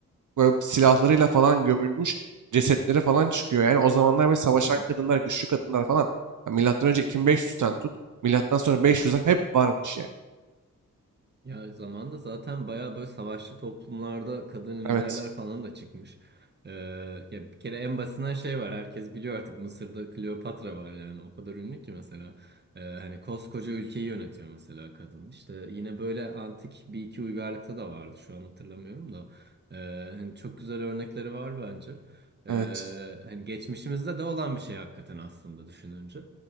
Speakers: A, on the right (about 65°); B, on the right (about 30°).
A: böyle silahlarıyla falan gömülmüş cesetleri falan çıkıyor. Yani o zamanlar böyle savaşan
B: hı hı.
A: kadınlar, güçlü kadınlar falan. Ya milattan önce 2500'ten tut, milattan sonra 500'e hep varmış yani.
B: Ya zamanda zaten bayağı böyle savaşçı toplumlarda kadın liderler
A: Evet,
B: falan da çıkmış. Ee, ya bir kere en basitinden şey var. Herkes biliyor artık Mısır'da Kleopatra var yani. O kadar ünlü ki mesela. Ee, hani koskoca ülkeyi yönetiyor mesela kadın. İşte yine böyle antik bir iki uygarlıkta da vardı. Şu an hatırlamıyorum da. Ee, hani çok güzel örnekleri var bence. Ee,
A: evet,
B: hani geçmişimizde de olan bir şey hakikaten aslında düşününce.